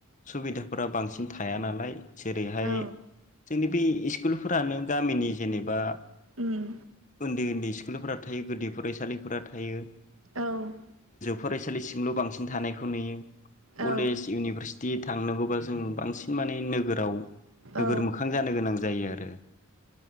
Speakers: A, on the left; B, on the right.
A: सुबिदाफोरा बांसिन थाया नालाय जेरैहाय
B: औ
A: जोंनि बे इस्कुलफोरानो गामिनि जेनेबा
B: उम
A: उन्दै उन्दै सिक स्कुलफोरा थायो गोदि फरायसालि फोरा थायो
B: औ
A: फरायसालिसिमल बांसिन थानायखौ नुयो। कलेज
B: औ
A: इउनिभारसिट बिदि थांनांगौबा जों बांसिन माने नोगोराव नोगोर
B: औ
A: मोखां जानो गोनां जा जायो आरो।